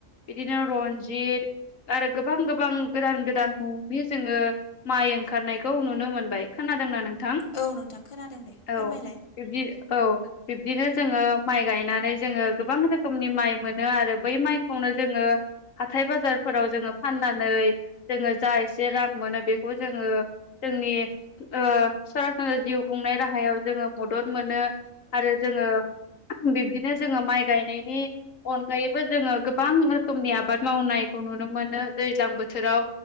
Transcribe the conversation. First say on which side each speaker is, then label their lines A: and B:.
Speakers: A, on the left (about 75°); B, on the left (about 25°).
A: इदिनो रन जिर आरो गोबां गोबां गोदान गोदान मुंनि जोङो माइ ओंखारनायखौ नुनो मोनबाय। खोनादोंना नों थां
B: औ नोंथां खोनादों दे
A: औ
B: फोरमायलाय
A: बिबदि औ बिब्दिनो जोङो माइ गायनानै जोङो गोबां रोखोमनि माइ मोनो आरो बै माइखौनो जोङो। हाथाय बाजारफोराव जोङो फाननानै जोङो जा एसे रां मोनो बेखौ जोङो जोंनि ओ सरासनस्रा जिउ खुंनाय राहायाव जोङो मदद मोनो। आरो जोङो ओ बिब्दिनो जोङो माइ गायनायनि अनगायैबो जोङो गोबां रोखोमनि आबाद मावनायखौ नुनो मोनो दैज्लां बोथोराव।